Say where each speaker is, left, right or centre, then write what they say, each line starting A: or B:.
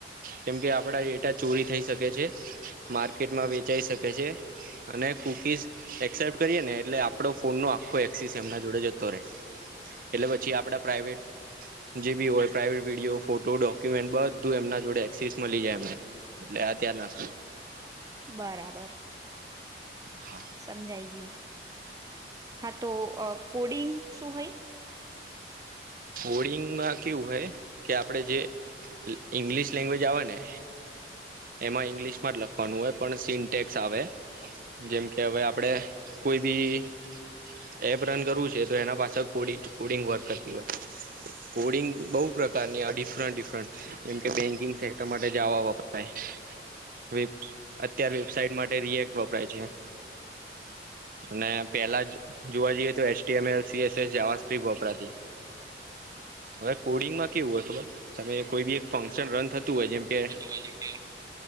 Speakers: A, on the right (about 50°); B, on the right (about 20°).
A: કેમ કે આપડા ડેટા ચોરી થઈ શકે છે માર્કેટમાં વેચાઈ શકે છે. અને કુકીઝ એક્સેપ્ટ કરીએ ને એટલે આપડો ફોન નો આખો એક્સિસ એમના જોડે જતો રહેે. એટલે પછી આપડા પ્રાઈવેટ જે બી હોય પ્રાઇવેટ વિડીયો, ફોટો, ડોક્યુમેન્ટ બધું એમના જોડે એક્સસ મલી જાય એમને. એટલે આ ત્યારના <unintelligible>
B: બરાબર.
A: હા.
B: સમજાઈ ગયું હા તો કોડિંગ શું હોય.
A: વોડિંગમાં કેવું હોય કે આપડે જે. ઈંગ્લિશ લેંગ્વેજ આવે ને. એમાં ઈંગ્લિશ માં જ લખવાનું હોય પણ સિન્ટેક્સ આવે. જેમ કે હવે આપડે કોઈ બી. એપ રન કરવું છે તો એના પાસે કોડ કોડિંગ વર્ક કરતી હોય. કોડિંગ બહુ પ્રકારની આ ડિફરન્ટ ડિફરન્ટ જેમ કે બેંકિંગ સેક્ટર માટે જવા વાપરા. અત્યાર વેબસાઇટ માટે. રિએક્ટ વપરાય છે અને. પેલા જોવા જઈએ તો એસએમલ સીએસસ જહ્રી ગોપરાથી. હવે કોડિંગમાં કેવું હોય ખબર તમે કોઈ બી એક ફંક્શન રન થતું હોય જેમ કે.
B: હોય છે..